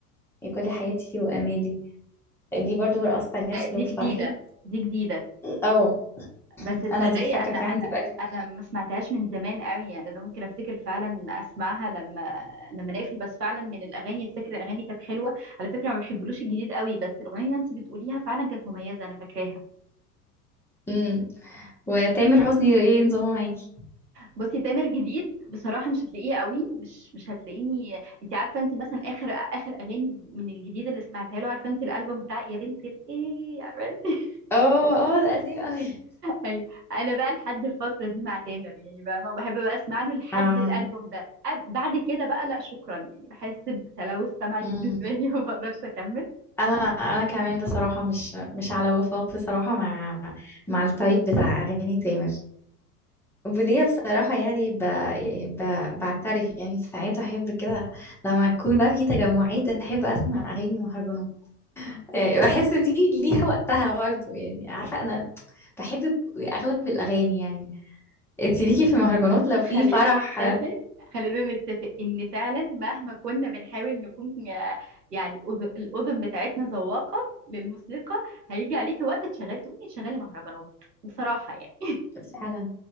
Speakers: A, in the centre; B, on the right.
A: يا كل حياتي وامالي دي برضو رقصت عليها
B: لا
A: سلو
B: دي
A: في
B: جديده
A: فرحي
B: دي جديده
A: اه
B: بس تصدقي
A: انا دي فاكره
B: انا
A: فعلا
B: انا
A: دي بقى اللي
B: انا ما سمعتهاش من زمان قوي يعني انا ممكن افتكر فعلا اسمعها لما لما نقفل بس فعلا من الاغاني افتكر الاغاني كانت حلوه على فكره ما بحبلوش الجديد قوي بس الاغنيه اللي انت بتقوليها فعلا كانت مميزه انا فاكراها
A: امم وتامر حسني ايه نظامه معاكي
B: بصي تامر جديد بصراحة مش هتلاقيه قوي مش مش هتلاقيني انت عارفة انت مثلا اخر اخر اغاني من الجديد اللي سمعتها له عارفة انت الالبوم بتاع يا بنت الايه عارفة انت <laughs>
A: اه اه ده قديم قوي <laughs>
B: ايوه انا بقى لحد الفترة دي مع تامر يعني بقى ما بحب بقى اسمع له لحد
A: اه
B: الالبوم ده أب- بعد كده بقى لا شكرا يعني بحس بتلوث سمعي
A: امم
B: بالنسبة لي <laughs> وما بقدرش اكمل
A: انا انا كمان بصراحه مش مش على وفاق بصراحه مع مع التايب بتاع اغاني تامر وليا بصراحه يعني ب... ب... بعترف يعني ساعات احب كده لما تكون بقى في تجمعات احب اسمع اغاني مهرجانات يعني بحس دي ليها وقتها برضه يعني عارفه انا بحب اغلب الاغاني يعني انت ليكي في مهرجانات لو في
B: خلينا
A: فرح
B: نتفق خلينا نتفق ان فعلا مهما كنا بنحاول نكون آه، يعني أذ- الاذن بتاعتنا ذواقه للموسيقى هيجي عليك وقت تشغل تقومي تشغلي مهرجانات بصراحه يعني
A: فعلا